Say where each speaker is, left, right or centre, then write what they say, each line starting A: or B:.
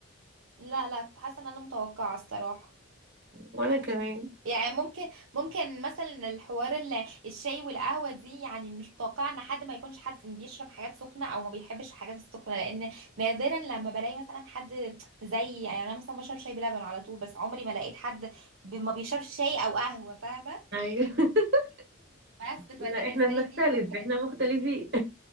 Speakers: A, on the right; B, on the right.
A: لا لا كنت حاسة ان انا متوقعة الصراحة
B: وانا كمان
A: يعني ممكن ممكن مثلا الحوار ال- الشاي والقهوة دي يعني مش متوقعة ان حد ما يكونش حد بيشرب حاجات سخنة او ما بيحبش الحاجات السخنة لان نادرا لما بلاقي مثلا حد زي يعني انا مثلا بشرب شاي بلبن على طول بس عمري ما لقيت حد ب- ما بيشربش شاي او قهوة فاهمة
B: ايوه <laughs>
A: بس
B: لا
A: فدي بالنسبة
B: احنا بنختلف
A: لي دي اللي ممكن
B: احنا
A: أ-
B: مختلفين